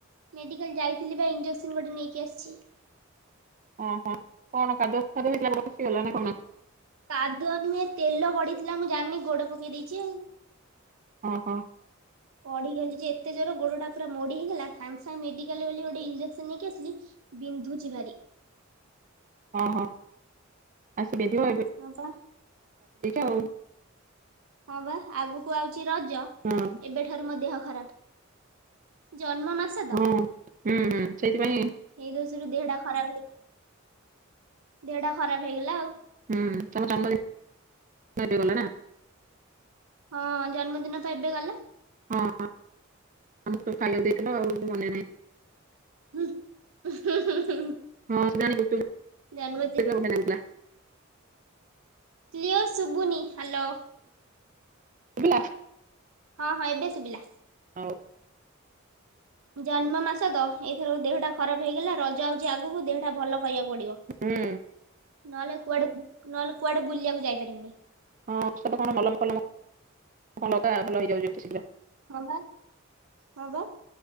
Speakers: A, on the right; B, on the right.
A: ମେଡ଼ିକାଲ୍ ଯାଇଥିଲି ପା, ଇଞ୍ଜେକ୍ସନ୍ ଗୋଟେ ନେଇକି ଆସିଛି।
B: ଅହ, କଣ କାଦୁଅ ଫାଦୁଅ ହେଇଥିଲା ଗୋଡ ଖସିଗଲା ନା କଣ?
A: କାଦୁଅ ନୁହେଁ, ତେଲ ପଡିଥିଲା ମୁଁ ଜାଣିନି ଗୋଡ ପକେଇ ଦେଇଚି ଆଉ।
B: ଅ ହ।
A: ପଢିଗଲି ଯେ ଏତେ ଜୋରେ ଗୋଡଟା ପୁରା ମୋଡି ହେଇଗଲା, ସାଙ୍ଗ୍ ସାଙ୍ଗ୍ ମେଡିକାଲ କୁ ଗଲି ଗୋଟେ ଇଞ୍ଜେକ୍ ସନ୍ ନେଇକି ଆସିଲି। ବିନ୍ଧୁଛି ଭାରି।
B: ଅହ, ଆସିକି <unintelligible>
A: ହଁ ପା
B: ଆଉ।
A: ହଁ ବା, ଆଗକୁ ଆଉଚି ରଜ,
B: ହଁ
A: ଏବେଠାରୁ ମୋ ଦେହ ଖରାଫ୍। ଜନ୍ମ ମାସ୍
B: ହଁ, ହୁଁ-ହୁଁ ସେଇଥିପାଇଁ
A: ଏଇ ଦୋଷରୁ ଦେହଟା ଖରାଫ୍ ହେଇଚି, ଦେହଟା ଖରାଫ୍ ହେଇଗଲା ଆଉ।
B: ହୁଁ, ତମ ତମ ଜନ୍ମଦିନ ଏବେ ଗଲା ନା?
A: ହଁ, ଜନ୍ମଦିନ ପା ଏବେ ଗଲା।
B: ହଁ ହଁ, ଆମକୁ ତମେ ଖାଇବାକୁ ଦେଇଥିଲ ଆଉ ମନେ ନାହିଁ।
A: ହୁଁ, ହୁଁ ହୁ ହୁ,
B: ହଁ ଜାଣି ଗୁପଚୁପ
A: ଜନ୍ମଦିନ୍
B: <unintelligible>
A: କ୍ଲିଅର ଶୁବୁନି, ହାଲୋ।
B: ଶୁବିଲା?
A: ହଁ ହଁ ଏବେ ଶୁବିଲା।
B: ହଉ
A: ଜନ୍ମ ମାସ ତ, ଏଇଥରକ ଦେହଟା ଖରାପ ହେଇଗଲା, ରଜ ଆଉଚି ଆଗକୁ, ଦେହ ଭଲ କରିବାକୁ ପଡିବ,
B: ହୁଁ
A: ନହେଲେ କୁଆଡେ, ନହେଲେ କୁଆଡେ ବୁଲିବାକୁ ଯାଇପାରିବିନି।
B: ହଁ, ଔଷଧ କଣ ମଲମ ଫଲମ କଣ ଲଗା, ଭଲ ହେଇଯାଉ ଯେମିତି ଶୀଘ୍ର।
A: ହଁ ବା, ହଁ ବା,